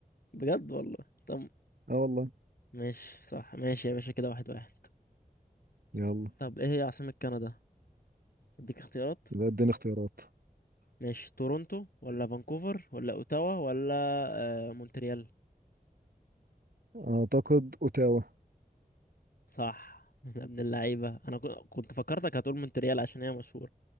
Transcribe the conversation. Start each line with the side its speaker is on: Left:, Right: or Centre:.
Left: بجد والله طب
Right: آه والله
Left: ماشي صح ماشي يا باشا كده واحد واحد
Right: يلا
Left: طب ايه هي عاصمة كندا؟ اديك اختيارات
Right: يبقى اديني اختيارات
Left: ماشي تورونتو ولا فانكوفر ولا اوتاوا ولا آه مونتريال
Right: أعتقد أوتاوا
Left: صح <laughs> يا ابن اللعيبة انا كو- كنت فكرتك هتقول مونتريال عشان هي مشهورة